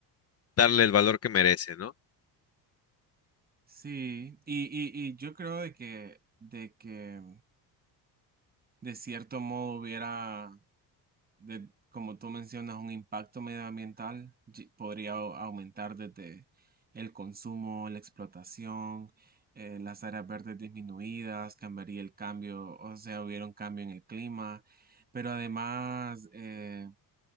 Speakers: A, on the left; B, on the right.
A: darle el valor que merece, ¿no?
B: Sí, y, y, y yo creo de que, de que de cierto modo hubiera, de, como tú mencionas, un impacto medioambiental, ye- podría au- aumentar desde el consumo, la explotación, eh, las áreas verdes disminuidas, cambiaría el cambio, o sea, hubiera un cambio en el clima, pero además, eh,